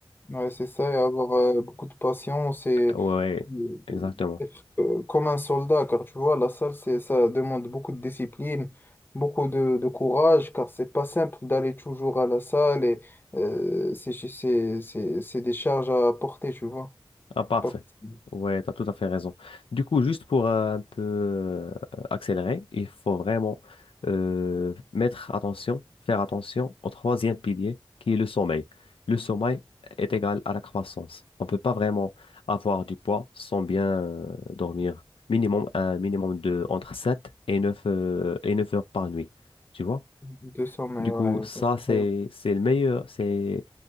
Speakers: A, on the left (about 25°); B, on the left (about 80°).
A: Ouais, c'est ça, et avoir euh, beaucoup de patience et
B: Ouais, ouais,
A: euh,
B: exactement.
A: être euh, comme un soldat, car tu vois, la salle, c'est, ça demande beaucoup de discipline, beaucoup de, de courage, car c'est pas simple d'aller toujours à la salle et euh, c'est, c'est, c'est, c'est des charges à porter, tu vois.
B: Ah, parfait.
A: Pas facile.
B: Ouais, tu as tout à fait raison. Du coup, juste pour euh, un peu euh, accélérer, il faut vraiment euh, mettre attention, faire attention au troisième pilier qui est le sommeil. Le sommeil est égal à la croissance. On ne peut pas vraiment avoir du poids sans bien euh, dormir. Minimum, un minimum de entre 7 et neuf euh, et 9 heures par nuit. Tu vois?
A: deux cents mais
B: Du
A: ouais.
B: coup,
A: ok,
B: ça,
A: c'est
B: c'est,
A: très bien.
B: c'est le meilleur, c'est